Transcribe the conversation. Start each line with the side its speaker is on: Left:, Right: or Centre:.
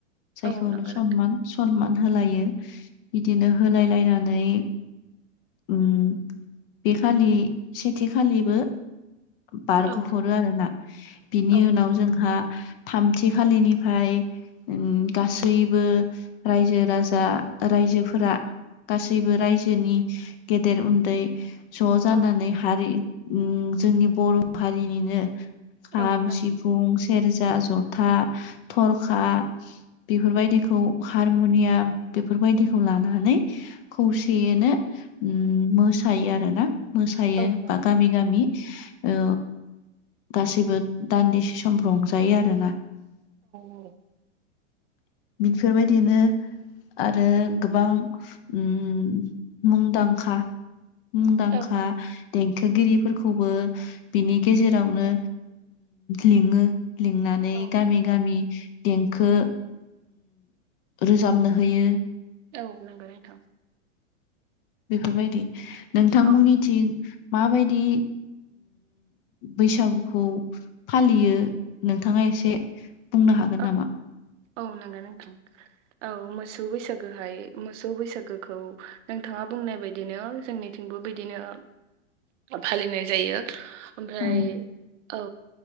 Left: जायखौनो
Right: औ नंगौ
Left: सनमान
Right: नोंथां
Left: सनमान होलायो बिदिनो होलाय लायनानै उम बेखालि सेथिखालिबो बारग'हरो
Right: औ
Left: आरोना बिनि
Right: औ
Left: उनाव
Right: नों-
Left: जोंहा थामथि खालिनिफ्राय गासैबो रायजो राजा रायजोफोरा गासैबो रायजोनि गेदेर उनदै ज' जानानै
Right: औ
Left: हारि उम जोंनि बर' हारिनिनो खाम,
Right: औ नंगौ
Left: सिफुं, सेरजा, जथा, थरखा बेफोरबायदिखौ हारमुनिया बेफोरबायदिखौ लानानै खौसेयैनो उम मोसायो आरोना। मोसायो
Right: औ नंगौ
Left: बा गामि गामि ओ गासैबो दानदिसे सम रंजायो आरोना।
Right: औ।
Left: बेफोरबायदिनो आरो गोबां उम मुंदांखा मुंदांखा
Right: औ
Left: देंखोगिरिफोरखौबो बिनि गेजेरावनो लिङो लिंनानै
Right: औ
Left: गामि
Right: नंगौ
Left: गामि देंखो रोजाबनो होयो।
Right: औ नंगौ नोंथां।
Left: बेफोरबायदि नोंथांमोननि
Right: औ
Left: थिं माबायदि बैसागुखौ फालियो नोंथाङा? एसे बुंनो हागोन
Right: औ
Left: नामा?
Right: औ नंगौ नोंथां औ मोसौ बैसागोहाय मोसौ बैसागोखौ नोंथां मा बुंनाय बायदिनो जोंनिथिंबो बिदिनो फालिनाय जायो। ओमफ्राय
Left: औ ओ
Right: औ